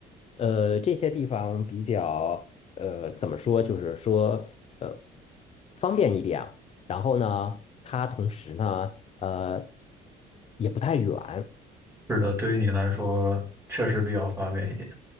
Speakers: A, on the left; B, on the right.
A: 呃，这些地方比较呃怎么说，就是说呃方便一点。然后呢，它同时呢，呃也不太远。
B: 是的，对于你来说确实比较方便一点，